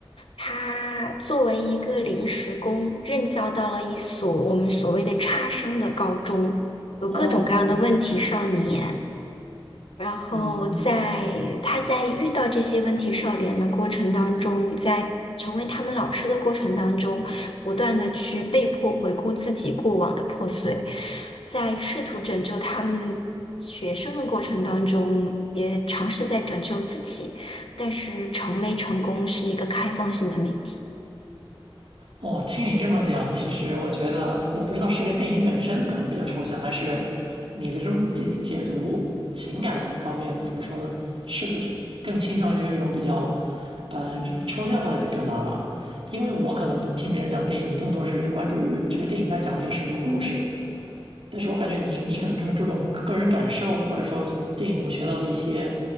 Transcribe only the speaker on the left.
他作为一个临时工，任教到了一所我们所谓的差生的高中，有各种各样的问题少年。
然后在他在遇到这些问题少年的过程当中，
在成为他们老师的过程当中，不断的去被迫回顾自己过往的破碎，在试图拯救他们学生的过程当中，也尝试在拯救自己，但是成没成功是一个开放性的命题。